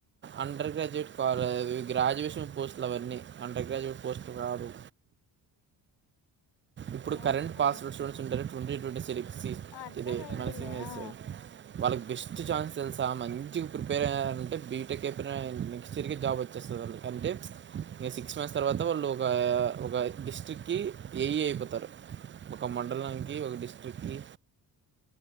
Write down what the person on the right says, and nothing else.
అండర్ గ్రాడ్యుయేట్ <unintelligible> గ్రాడ్యుయేషన్ పోస్టులు అవన్నీ అండర్ గ్రాడ్యుయేట్ పోస్టులు కాదు ఇప్పుడు
కరెంట్ పాస్వర్డ్స్ చూడసి ఉంటారు ట్వంటీ ట్వంటీ <unintelligible> సెరిక్సీ
ఇదే మన
వాళ్ళకి బెస్ట్ ఛాన్స్ తెలుసా మంచిగా ప్రిపేర్ అయ్యరంటే బీటెక్ అయిపోయినా నెక్స్ట్ ఇయర్ క జాబ్ వచ్చ వచ్చేస్తది ఆళ్ళకి అంటే ఇక సిక్స్ మంత్స్ తర్వాత వాళ్ళు ఒక ఒక డిస్ట్రిక్ట్ కి ఏఈ అయిపోత త్తర్ ఒక మండలానికి ఒక డిస్ట్రిక్కి